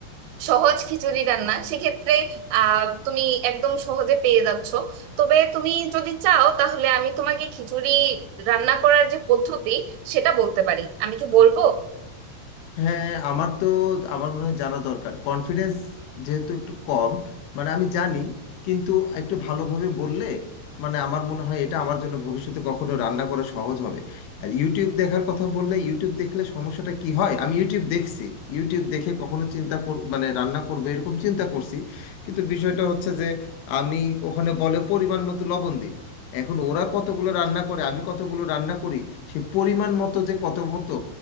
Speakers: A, on the right; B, on the left.
A: সহজ খিচুড়ি রান্না সেক্ষেত্রে আহ, তুমি একদম সহজে পেয়ে যাচ্ছ তবে তুমি যদি চাও তাহলে আমি তোমাকে খিচুড়ি রান্না করার যে পদ্ধতি সেটা বলতে পারি আমি কি বলবো
B: হ্যাঁ আমার তো আমার মনে হয় জানা দরকার কনফিডেন্স যেহেতু একটু কম মানে আমি জানি কিন্তু একটু ভালোভাবে বললে মানে আমার মনে হয় এটা আমার জন্য ভবিষ্যতে কখনো রান্না করা সহজ হবে আর ইউটিউব দেখার কথা বললে ইউটিউব দেখলে সমস্যাটা কি হয় আমি ইউটিউব দেখছি ইউটিউব দেখে কখনো চিন্তা কর- মানে রান্না করবো এরকম চিন্তা করছি কিন্তু বিষয়টা হচ্ছে যে আমি ওখানে বলে পরিমাণ মতো লবণ দিন এখন ওরা কতগুলো রান্না করে আমি কতগুলো রান্না করি সে পরিমাণ মতো যে কত মতো